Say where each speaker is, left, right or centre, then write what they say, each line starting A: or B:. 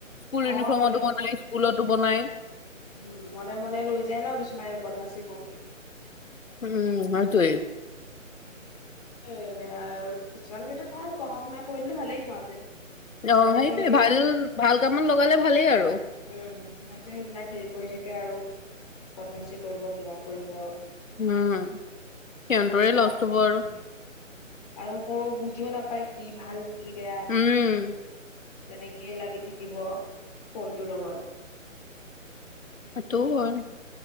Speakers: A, on the left; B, on the left.
A: স্কুল
B: অ
A: ইউনিফৰ্মতো
B: মনে
A: বনাই স্কুলতো বনাই।
B: উমঁ মনে মনে লৈ যায় ন কিছুমান বদমাচি কৰো বুলি।
A: উমঁ সেইটো এই।
B: এয়া কিছুমানৰ ক্ষেত্ৰত ভাল পঢ়া শুনা কৰিলে ভালেই সিহঁতে সিহঁতে
A: অঁ ইসেইটোৱে
B: খালি সেই
A: ভাল ভাল কামত লগালে ভালেই আৰু
B: উমঁ সিহতে সোনাকে হেৰি কৰি থাকে আৰু পদ্মাশ্ৰী কৰিব কিবা কৰিব।
A: উমঁ সিহঁতৰে
B: বা
A: লছ হ'ব
B: উম
A: আৰু।
B: আৰু সৰু বুজিও নাপায় কি ভাল কি বেয়া।
A: উম
B: তেনেকেই লাগি থাকিব ফোনটোৰ লগত।
A: সেইটো হয়